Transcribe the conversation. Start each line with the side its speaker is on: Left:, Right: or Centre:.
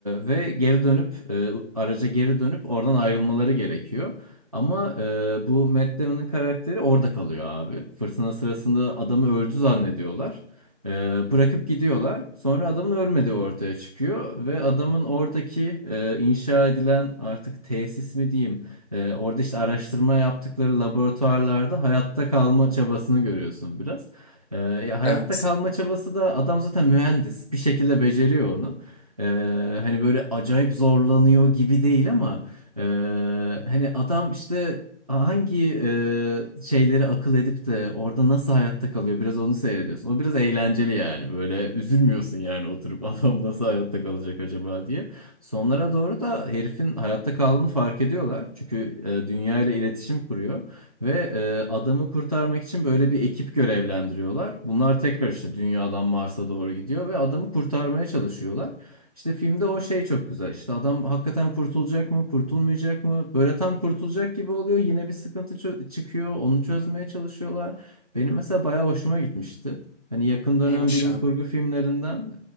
Right: ve geri dönüp e, araca geri dönüp oradan ayrılmaları gerekiyor. Ama e, bu Matt Damon'ın karakteri orada kalıyor abi. Fırtına sırasında adamı öldü zannediyorlar. E, bırakıp gidiyorlar. Sonra adamın ölmediği ortaya çıkıyor ve adamın oradaki e, inşa edilen artık tesis mi diyeyim? E, orada işte araştırma yaptıkları laboratuvarlarda hayatta kalma çabasını görüyorsun biraz. E, ya hayatta
Left: Evet.
Right: kalma çabası da adam zaten mühendis bir şekilde beceriyor onu. E, hani böyle acayip zorlanıyor gibi değil ama. Ee, hani adam işte hangi e, şeyleri akıl edip de orada nasıl hayatta kalıyor biraz onu seyrediyorsun. O biraz eğlenceli yani böyle üzülmüyorsun yani oturup <laughs> adam nasıl hayatta kalacak acaba diye. Sonlara doğru da herifin hayatta kaldığını fark ediyorlar. Çünkü e, dünya ile iletişim kuruyor ve e, adamı kurtarmak için böyle bir ekip görevlendiriyorlar. Bunlar tekrar işte dünyadan Mars'a doğru gidiyor ve adamı kurtarmaya çalışıyorlar. İşte filmde o şey çok güzel. İşte adam hakikaten kurtulacak mı, kurtulmayacak mı? Böyle tam kurtulacak gibi oluyor. Yine bir sıkıntı çö- çıkıyor. Onu çözmeye çalışıyorlar. Benim mesela bayağı hoşuma gitmişti. Hani yakın dönem
Left: İyiymiş
Right: bilim
Left: abi.
Right: kurgu filmlerinden